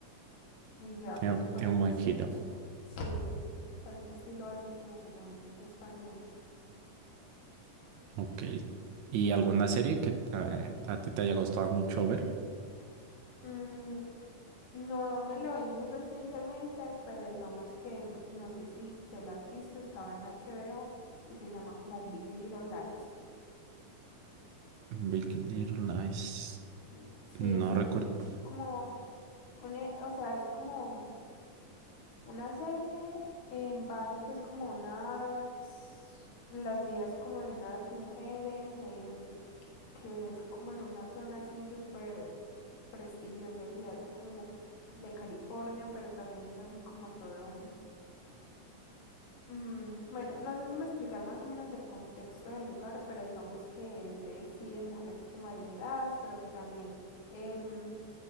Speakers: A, on the left; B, on the right.
A: Y ya
B: Tiene,
A: pues por
B: tiene
A: ese
B: un buen
A: estilo.
B: giro.
A: Sí, por ese estilo así como que también me gustan mucho.
B: Ok. ¿Y alguna serie que eh, a ti te haya gustado mucho ver?
A: Mm, no me la vi muy recientemente, pero digamos que mm, no sé si te la has visto, estaba en HBO y se llama como Big Little Lies.
B: Big Little Lies.
A: Big- sí,
B: No
A: es
B: recuerdo.
A: como una, o sea, es como una serie en base pues como una las vidas como de unas mujeres em, que es como en una zona así súper prestigiosa diría yo como de California pero también es así como todo un- mm, bueno no sé cómo explicar más o menos el contexto del lugar pero digamos que es de sí de mujeres como adineradas pero que también em,